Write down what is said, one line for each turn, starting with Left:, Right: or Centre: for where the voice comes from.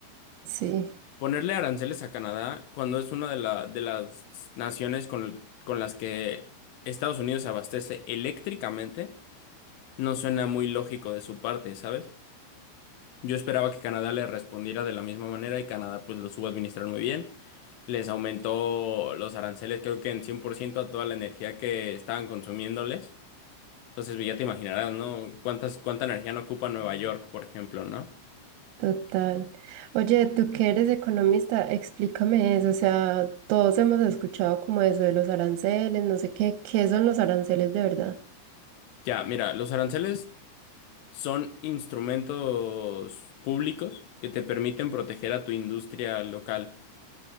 Right: sí,
Left: Ponerle aranceles a Canadá cuando es una de, la- de las naciones con, con las que Estados Unidos se abastece eléctricamente, no suena muy lógico de su parte, ¿sabes? Yo esperaba que Canadá le respondiera de la misma manera y Canadá pues lo supo administrar muy bien. Les aumentó los aranceles creo que en 100% a toda la energía que estaban consumiéndoles. Entonces pues, ya te imaginarás, ¿no? ¿Cuántas, cuánta energía no ocupa Nueva York, por ejemplo, ¿no?
Right: total. Oye, tú que eres economista, explícame eso. O sea, todos hemos escuchado como eso de los aranceles, no sé qué, ¿qué son los aranceles de verdad?
Left: Ya, mira, los aranceles son instrumentos públicos que te permiten proteger a tu industria local.